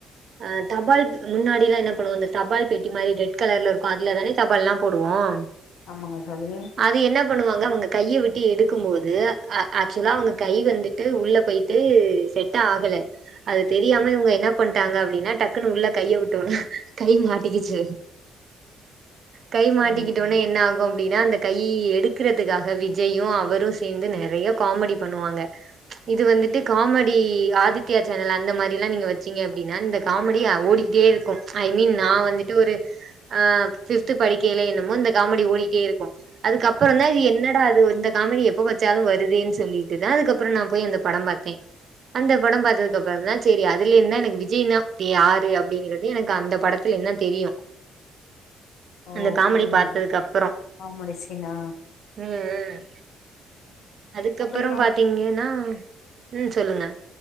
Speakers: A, on the right; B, on the left.
A: அ தபால் முன்னாடிலாம் என்ன பண்ணுவங்க அந்த தபால் பெட்டி மாரி ரெட் கலர்ல இருக்கும் அதுல தானே தபால் எல்லா போடுவோம்
B: ஆமாங்க தோழி
A: அது என்ன பண்ணுவாங்க அவங்க கைய விட்டு எடுக்கும் போது ஆக்சுவலா அவங்க கை வந்து ட்டு உள்ள போயிட்டு செட்டாகல அது தெரியாம இவங்க என்ன பண்ட்டாங்க அப்டின்னா டக்குன்னு உள்ள கைய விட்டவுன்னா கை மாட்டிக்கிச்சு கை மாட்டிக்கிட்ட
B: சரிங்க தோழி
A: வுன்ன என்ன ஆகும் அப்டின்னா அந்த கை எடுக்கறதுக்காக விஜயும் அவரும் சேந்து நறைய காமெடி பண்ணுவாங்க இது வந்துட்டு காமெடி ஆதித்யா சேனல் அந்த மாரி எல்லா நீங்க வச்சீங்க அப்டின்னா இந்த காமெடி ஓடிட்டேயி க்கும் ஐ மீன் நா வந்துட்டு ஒரு அ பிப்த்து படிக்கைல என்னமோ இந்த காமெடி ஓடிட்டே இருக்கு அதுக்கப்றம் தா இது என்னடாது இந்த காமெடி எப்ப வச்சாலும் வருதுன்னு சொல்லிட்டு தா அதுக்கப்றம் நா போய் அந்த படம் பாத்தே அந்த படம் பார்த்ததுகப்றம் தா சரி அதுல இருந்து எனக்கு விஜய்னா யாரு அப்டிங்கறது எனக்கு அந்த படத்த என்ன தெரியும்
B: ஓ
A: அந்த காமெடி
B: புரியுதுங்க
A: பாத்ததுக்கு அப்றம்
B: காமெடி சீனா
A: ம் ம் அதுக்கப்றம்
B: அப்றோ இன்னொ
A: பாத்தீங்கன்னா ம் சொல்லுங்க